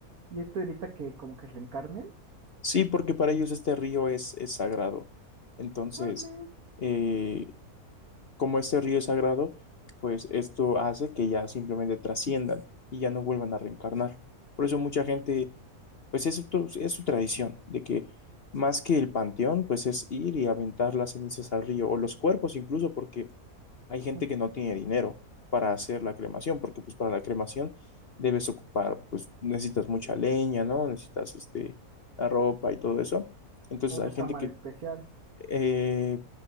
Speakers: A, on the right; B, on the left.
A: ¿Y esto evita que como que reencarnen?
B: Sí, porque para ellos este río es, es sagrado. Entonces,
A: Órale.
B: eh, Como este río es sagrado, pues esto hace que ya simplemente trasciendan y ya no vuelvan a reencarnar. Por eso mucha gente, pues es, tu- es su tradición, de que más que el panteón, pues es ir y aventar las cenizas al río o los cuerpos incluso, porque hay
A: Ujú.
B: gente que no tiene dinero para hacer la cremación, porque pues para la cremación debes ocupar, pues necesitas mucha leña, ¿no? Necesitas este, la ropa y todo eso. Entonces
A: Una
B: hay
A: cámara
B: gente
A: especial.
B: eh,